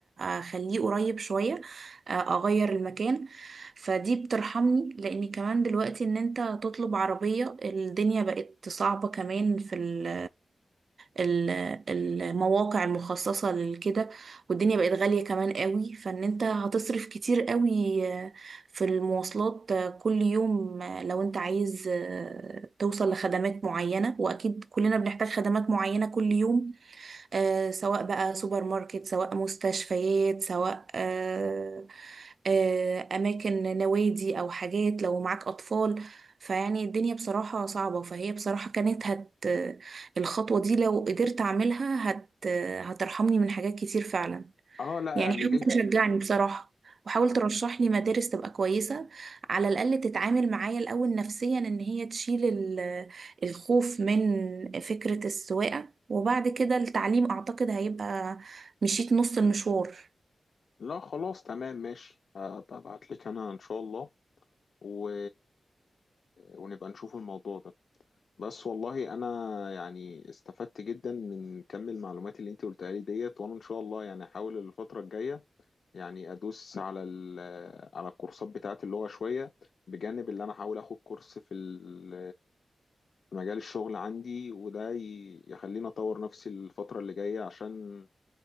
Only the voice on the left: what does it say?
اه لا
اعمليها
لا خلاص تمام ماشي ابعت لك انا ان شاء الله و... ونبقى نشوف الموضوع ده بس والله انا يعني استفدت جدا من كم المعلومات اللي انت قلتها لي ديت وانا ان شاء الله يعني احاول الفترة الجاية يعني ادوس على ال... على الكورسات بتاعت اللغة شوية بجانب اللي انا احاول اخد كورس في ال... في مجال الشغل عندي وده ي... يخليني اطور نفسي الفترة اللي جاية عشان